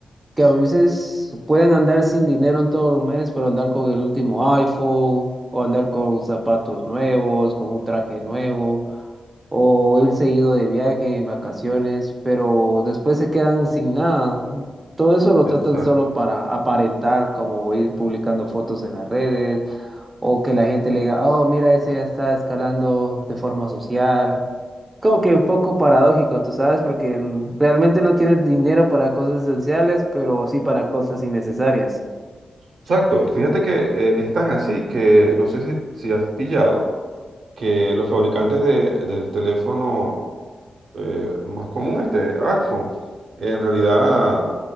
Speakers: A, on the right; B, on the right.
A: que a veces pueden andar sin dinero en todo el mes, pero andar con el último iPhone o andar con zapatos nuevos, con un traje nuevo o ir seguido de viaje en vacaciones, pero después se quedan sin nada. Todo eso lo
B: Exacto.
A: tratan solo para aparentar, como ir publicando fotos en las redes o que la gente le diga, oh, mira, ese ya está escalando de forma social como que un poco paradójico, tú sabes, porque mm, realmente no tienes dinero para cosas esenciales, pero sí para cosas innecesarias.
B: Exacto. Fíjate que eh, es tan así que no sé si, si has pillado que los fabricantes de- del teléfono eh, más común este iPhone. En realidad